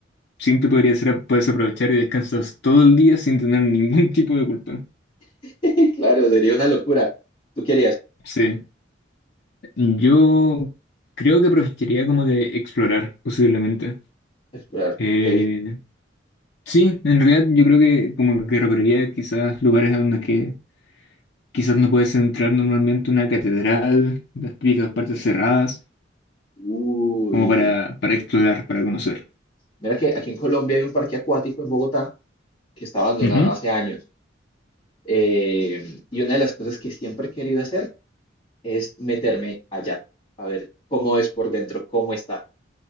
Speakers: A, on the left; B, on the left.
A: simple podría ser, puedes aprovechar y descansas todo el día sin tener ningún <laughs> tipo de culpa.
B: <laughs> Claro, sería una locura. ¿Tú querías
A: Sí, yo creo que preferiría como de explorar, posiblemente.
B: explorar?
A: Eh,
B: Ok.
A: sí, en realidad yo creo que como que recorrería quizás lugares a donde que quizás no puedes entrar normalmente una catedral, las típicas partes
B: que-
A: cerradas,
B: Uy.
A: como para, para explorar, para conocer.
B: Mira que aquí en Colombia hay un parque acuático en Bogotá que está abandonado
A: Ujú.
B: hace años. Eh, y una de las cosas que siempre he querido hacer es meterme allá, a ver cómo es por dentro, cómo está.